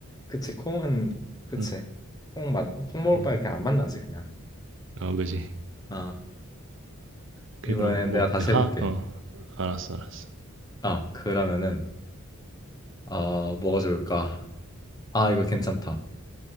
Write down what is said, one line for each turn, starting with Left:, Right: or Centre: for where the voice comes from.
Left: 그치 콩은 그치
Right: 어,
Left: 콩만콩 먹을
Right: 음.
Left: 바에 그냥 안 만나지 그냥
Right: 어 그지.
Left: 아
Right: 오케이
Left: 이번에
Right: 그럼 뭐
Left: 내가 다시
Right: 내가
Left: 해볼게
Right: 하- 어 알았어 알았어.
Left: 아 그러면은 어 뭐가 좋을까 아 이거 괜찮다